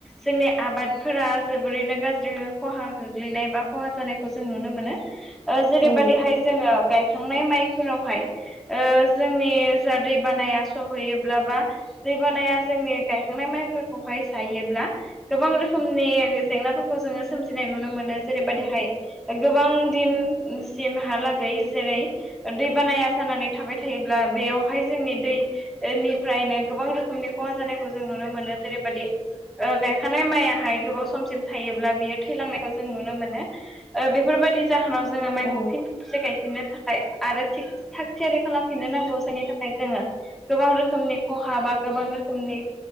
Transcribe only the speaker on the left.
औ नोंथां
औ